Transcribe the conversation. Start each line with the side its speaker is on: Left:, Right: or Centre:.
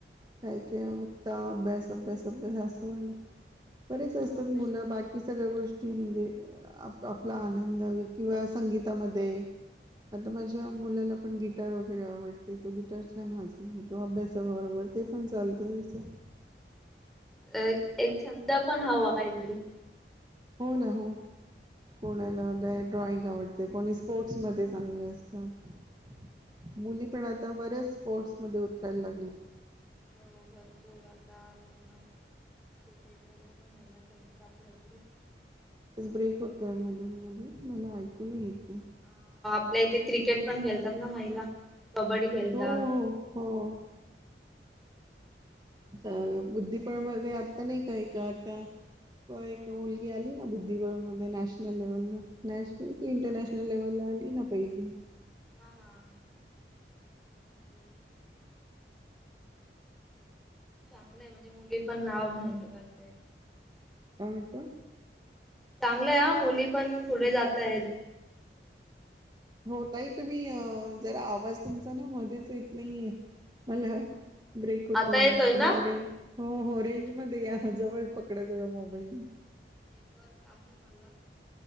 Right: काय काय फक्त अभ्यास अभ्यास अभ्यास अस म्हणजे बरेच
Centre: एकदम
Right: असतात
Centre: अभ्यास
Right: मुलं
Centre: पण
Right: बाकी सगळ गोष्टी म्हणजे अ आप आपला आनंद किंवा संगीतामध्ये आता माझ्या
Centre: हा
Right: मुलाला पण गीत गिटार वगैरे आवडते तो गिटार छान वाजून घेतो अभ्यासा बरोबर ते पण चालतय त्याच
Centre: ए एक छंद पण हवा काही तरी
Right: हो ना हो. कोणाला <inaudible> ड्रॉइंग आवडते कोणी स्पोर्टस मध्ये चांगले असतात मुली पण आता बऱ्याच स्पोर्टस मध्ये उतरायला लागल्या.
Centre: हो भरपूर आता पण क्रिकेट वगैरे पण व्हायला <inaudible>
Right: <inaudible> ब्रेक
Centre: कबड्डी
Right: होतोय
Centre: खेळतात.
Right: मधून मधून मला ऐकू येते.
Centre: आपल्याला इथे क्रिकेट पण खेलतात ना महिला कबड्डी खेलतात.
Right: हो हो हो
Centre: <inaudible>
Right: चा बुद्धिबळ मध्ये आता नाही काय का एक आता होय एक मुलगी आली ना बुद्धिबळ मध्ये नॅशनल लेव्हलला नॅशनल कि इंटर
Centre: हा
Right: नॅशनल लेव्हलला आली ना पहिली
Centre: हा. <inaudible> चांगलंय म्हणजे मुली पण नाव मोठं करते.
Right: काय म्हणता?
Centre: चांगलंय ह, मुली पण पुढे जात आहेत.
Right: हो ताई, तुम्ही अ जरा आवाज तुमचा ना मध्येच येत नाहीये मला ब्रेक होतोय
Centre: आता
Right: आवाज
Centre: येतोय ना?
Right: तुमी रेंज हो, हो रेंज मध्ये या. ह जवळच पकडा जवळ मोबाईल
Centre: नेटवर्क आहे मला.